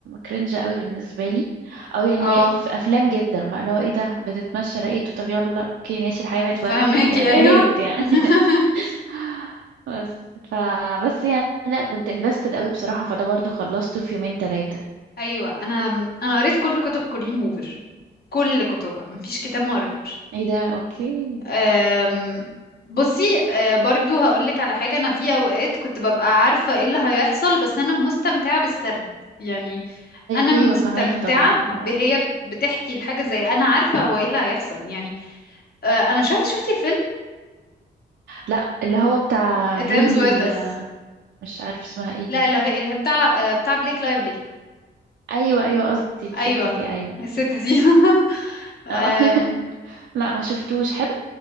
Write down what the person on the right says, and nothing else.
كرنج قوي بالنسبة لي او يعني
في افلام جدا بقى لو ايه ده بتتمشى لقيته طب يلا اوكي ماشي الحياة بقت وردي
يعني
يا ريت يعني <laughs>
بس ف بس يعني لا كنت invested قوي بصراحة فده برضو خلصته في يومين ثلاثة
ايه ده اوكي
ايوه
فهماكي طبعا
اه
لا اللي هو بتاع
هيلي
آه، مش عارف اسمها ايه
دي
ايوه ايوه قصدي الست
دي ايوه
اه <laughs> لا ما شفتوش حلو